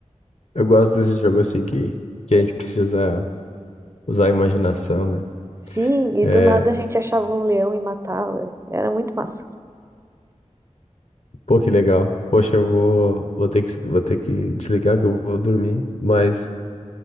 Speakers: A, on the left; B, on the right.
A: Eu gosto desse jogo assim que, que a gente precisa usar a imaginação, né?
B: Sim, e
A: É,
B: do nada a gente achava um leão e matava. Era muito massa.
A: pô, que legal. Poxa, eu vou, vou ter que, vou ter que desligar que eu vou dormir, mas